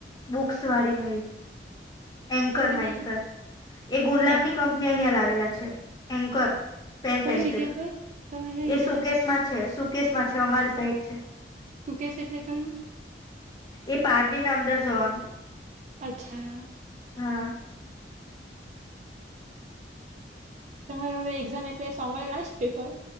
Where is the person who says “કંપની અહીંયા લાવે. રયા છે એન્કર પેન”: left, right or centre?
Left